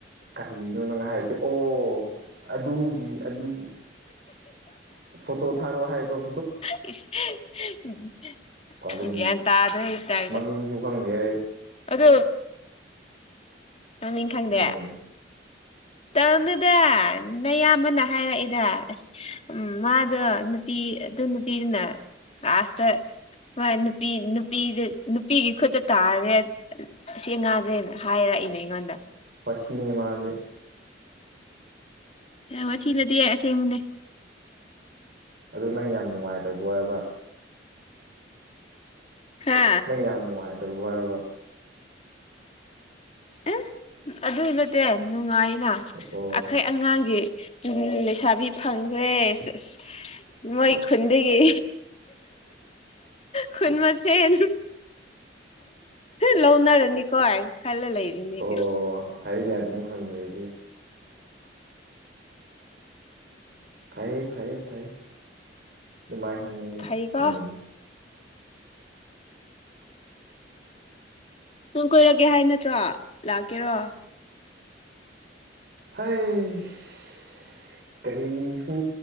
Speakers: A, on the right; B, on the left.
A: ꯀꯔꯤꯅꯣ ꯅꯪ ꯍꯥꯏꯔꯤꯁꯦ ꯑꯣ ꯑꯗꯨꯒꯤ ꯑꯗꯨ ꯐꯇꯣ ꯊꯥꯔꯣ ꯍꯥꯏ ꯔꯣ
B: <unintelligible>
A: ꯀꯔꯤ
B: ꯒꯌꯥꯟ ꯇꯥꯗ꯭ꯔꯦ ꯍꯧꯖꯤꯛꯀꯥꯟꯁꯦ
A: ꯃꯃꯤꯡꯁꯨ ꯈꯪꯗꯦ ꯑꯩ
B: ꯑꯗꯨ ꯃꯃꯤꯡ ꯈꯪꯗꯦ
A: ꯎꯝ
B: ꯇꯪꯅꯨꯗ ꯅꯌꯥꯝꯕꯅ ꯍꯥꯏꯔꯛꯏꯗ ꯑꯁ ꯎꯝ ꯃꯥꯗꯣ ꯅꯨꯄꯤ ꯑꯗꯨ ꯅꯨꯄꯤꯗꯨꯅ ꯂꯥꯁꯇ ꯍꯣꯏ ꯅꯨꯄꯤ ꯅꯨꯄꯤꯗ ꯅꯨꯄꯤꯒꯤ ꯈꯨꯠꯇ ꯇꯥꯔꯦ ꯑꯁꯤ ꯑ ꯉꯥꯁꯦ ꯍꯥꯏꯔꯛꯏꯅꯦ ꯑꯩꯉꯣꯟꯗ
A: ꯋꯥꯊꯤꯉꯤ ꯃꯥꯗꯤ
B: ꯌꯥꯝ ꯋꯥꯊꯤꯅꯠꯇꯤꯌꯦ ꯑꯁꯦꯡꯕꯅꯦ
A: ꯑꯗꯨ ꯅꯪ ꯌꯥꯝ ꯅꯨꯡꯉꯥꯏꯇ꯭ꯔꯣꯕ ꯍꯥꯏꯕ
B: ꯍꯥ
A: ꯅꯪ ꯌꯥꯝ ꯅꯨꯡꯉꯥꯏꯇꯣꯕ ꯍꯥꯏꯕ
B: ꯎ ꯑꯗꯨꯏ ꯅꯠꯇꯦ ꯅꯨꯡꯉꯥꯏꯅ
A: ꯑꯣ
B: ꯑꯩꯈꯣꯏ ꯑꯉꯥꯡꯒꯤ ꯎꯝ ꯂꯩꯁꯥꯕꯤ ꯐꯪꯈ꯭ꯔꯦ ꯑꯁ ꯃꯣꯏ ꯈꯨꯟꯗꯒꯤ ꯈꯨꯟ ꯃꯁꯦꯟ ꯂꯧꯅꯔꯅꯤꯀꯣ ꯈꯜꯂ ꯂꯩꯔꯤꯅꯦ
A: ꯑꯣ
B: ꯀꯩ
A: ꯐꯩꯅꯦ ꯑꯗꯨꯝ ꯈꯟꯕꯤꯔꯗꯤ ꯐꯩꯌꯦ ꯐꯩꯌꯦ ꯐꯩ ꯑꯗꯨꯃꯥꯏꯅ ꯈꯪꯅꯗꯤ
B: ꯐꯩꯀꯣ
A: ꯎꯝ
B: ꯅꯪ ꯀꯣꯏꯔꯛꯀꯦ ꯍꯥꯏ ꯅꯠꯇ꯭ꯔꯣ ꯂꯥꯛꯀꯦꯔꯣ
A: ꯍꯤꯁ ꯀꯔꯤꯁꯨ